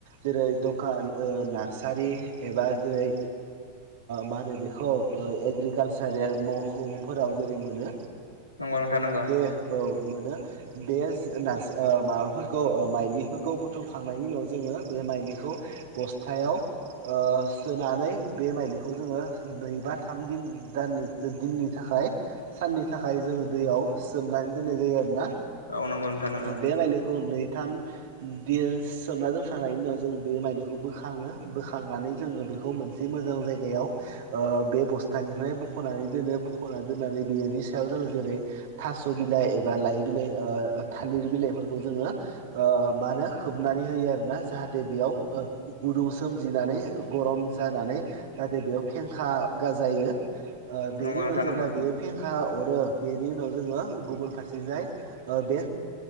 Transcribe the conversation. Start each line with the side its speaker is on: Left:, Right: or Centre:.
Right: जेरै दखान नार्सारि एबा जेरै मा होनो बेखौ ओ एग्रिकालसारेल मावखफोराव जेरै मोनो
Left: नंगौ नोंथां नंगौ
Right: बे औ मोनो बे नार माबाफोरखौ ओ माइलिफोरखौ बुथुमखांनायनि उनाव जोङो बे बे माइखौ बस्थायाव ओ सोनानै बे माइलिखौ जोङो नैबा। थाम दिन दानि दिननि थाखाय साननि थाखाय जोङो दैयाव सोमनानै दोननाय जायो आरोना
Left: औ नंगौ नोंथां नंगौ
Right: आ बे माइलखौ नै। थाम दिन सोमना दोनखांनायनि उनाव जों बे माइलिखौ बोखाङो बोखांनानै जोङो बे। बेखौ मोनसे मोजां जायगायाव ओ बे बस्थानिफ्राय। बखनानै दोनो बखना दोननानै बेनि सायाव जोङ जेरै थास बिलाइ एबा ओ लाइ बिलाइ थालिर बिलाइफोरखौ जोङो ओ मा होनो खोबनानै होयो आरोना ज जाहाथे बेयाव ओ गुदुं सोमजिनानै गरम जानानै जाहाथे बेयाव फेंखा गाजायो। ओ बेनि
Left: नंगौ
Right: उनाव
Left: नोंथां
Right: जेब्ला
Left: नंगौ
Right: बेयो फेंखा अरो बेनि उनाव जोङो गुबुन फारसे जाय। ओ बे